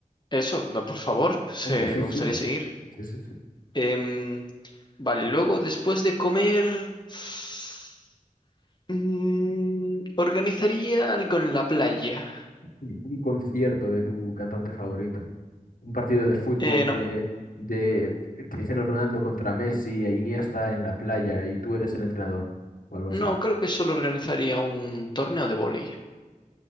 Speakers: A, on the left (about 30°); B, on the left (about 85°).
A: Eso, da, por favor,
B: Hombre,
A: se,
B: sí,
A: me
B: sí,
A: gustaría
B: por-
A: seguir.
B: sí, sí, sí.
A: Em, vale, luego después de comer, <sniffs> mm, organizaría algo en la playa.
B: Un un concierto de tu cantante favorito. un partido de fútbol
A: Eh, no,
B: de, de Cristiano Ronaldo contra Messi e Iniesta en la playa y tú eres el entrenador o algo así.
A: no, creo que solo organizaría un torneo de vóley.